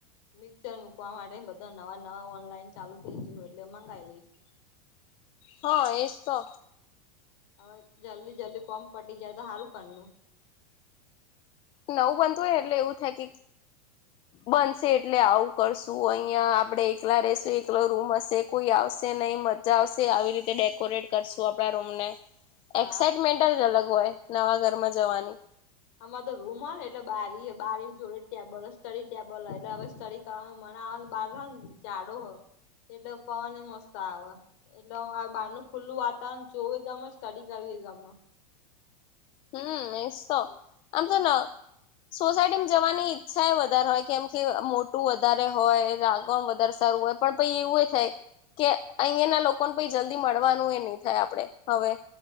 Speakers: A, on the left; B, on the left.
A: મિક્ચર મૂકવા માટે બધા નવા નવા ઓનલાઈન ચાલુ થઇ <unintelligible> એટલે મંગાવી લઈશ.
B: હા એજ તો.
A: હવે જલ્દી જલ્દી કોમ પટી જાય તો સારું કરનું.
B: નવું બનતું હોય એટલે એવું થાય કે બનશે એટલે આવું કરશું અહિયાં આપડે એકલા રેશું એકલો રૂમ હશે કોઈ આવશે નહીં મ મજા આવશે આવી રીતે ડેકોરેટ કરશું આપણા રૂમ ને.
A: હા
B: એક્સાાઈટમેન્ટ જ અલગ હોય નવા ઘરમાં જવાની.
A: આમા તો રૂમ હોય ને એટલે બારી બારીની જોડે ટેબલ સ્થળી ટેબલ એટલે હવે <unintelligible> તમે મવાને બાર હો ને જાડુ હો એટલે પવન મસ્ત આવે એટલે આ બહાર નુ ખુલ્લું વાતાવરણ જોવું ગમે સ્ટડી કરવી ગમે
B: હમ એસ તો આમ જે ના સોસાયટીમાં જવાની ઈચ્છા એ વધારે હોય કેમ કે મોટું વધારે હોય આગણ વધારે સારું હોય પણ પ એવું એ થાય કે અહીંયા ના લોકોને પ જલ્દી મળવાનું એ નહી થાય આપડે હવે